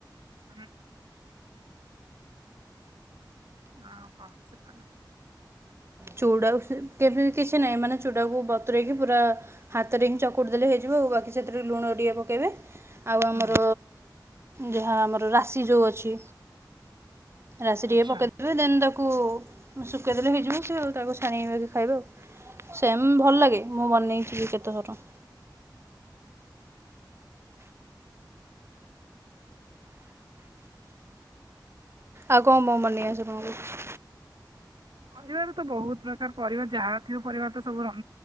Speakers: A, on the right (about 80°); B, on the right (about 35°).
A: ହୁଁ ହ। ହଁ ହଁ ସେପାଲ।
B: ଚୁଡା କେବେ କିଛି ନାହିଁ ମାନେ, ଚୁଡାକୁ ବତରେଇକି ପୁରା। ହାତରେ ହିଁ ଚକୁଟି ଦେଲେ ହେଇଯିବ ଆଉ ବାକି ସେଥିରୁ ଲୁଣ ଟିକେ ପକାଇବେ ଆଉ ଆମର
A: ହଁ
B: ଯାହା ଆମର ରାଶି ଯେଉଁ ଅଛି, ରାଶି
A: ଆଚ୍ଛା
B: ଟିକେ ପକେଇ ଦେବେ ଦେନ୍ ତାକୁ ଶୁଖେଇଦେଲେ ହେଇଯିବ ସେ ଆଉ। ତାକୁ ଛାଣିବା କି ଖାଇବା ଆଉ, ସେମ ଭଲ ଲାଗେ ମୁଁ ବନେଇଛିି କେତେଥର ଆଉ କଣ ମୋ ମନେଇ ଆସେ ତମକୁ
A: ପରିବାରେ ତ ବହୁତ ପ୍ରକାର ପରିବା, ଯାହା ଥିବ ପରିବା ତ ସବୁ